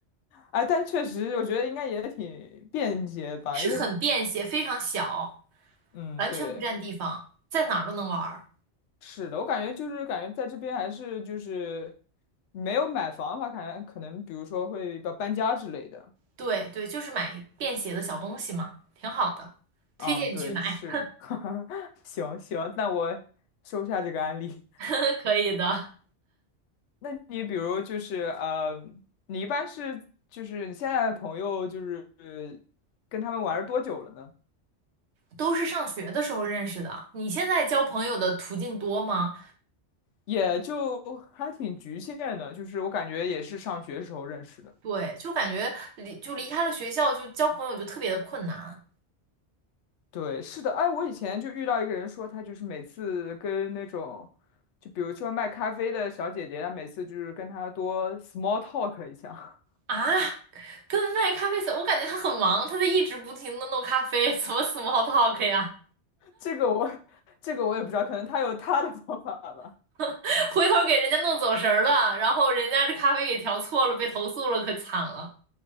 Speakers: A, on the left; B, on the right.
A: 哎，但确实我觉得应该也挺便捷吧，
B: 是很便携，
A: 因为
B: 非常小，
A: 嗯，
B: 完全不占地方，
A: 对，
B: 在哪儿都能玩儿。
A: 是的，我感觉就是感觉在这边还是就是没有买房的话，感觉可能比如说会要搬家之类的。
B: 对对，就是买便携的小东西嘛，挺好的，推荐你去买，
A: 嗯，对，是的，<laughs> 行行，那我收下这个案例。
B: <laughs> 可以的。
A: 那你比如就是呃，你一般是就是你现在的朋友就是呃跟他们玩儿多久了呢？
B: 都是上学的时候认识的，你现在交朋友的途径多吗？
A: 也就还挺局限的，就是我感觉也是上学时候认识的。
B: 对，就感觉离就离开了学校，就交朋友就特别的困难
A: 对，是的，哎，我以前就遇到一个人说，他就是每次跟那种，就比如说卖咖啡的小姐姐，她每次就是跟她多 small talk 一下。
B: 啊。跟卖咖啡小，我感觉他很忙，他在一直不停的弄咖啡，怎么 small talk 呀？
A: <laughs> 这个我，这个我也不知道，可能他有他的方法吧。
B: <laughs> 回头给人家弄走神儿了，然后人家这咖啡给调错了，被投诉了，可惨了。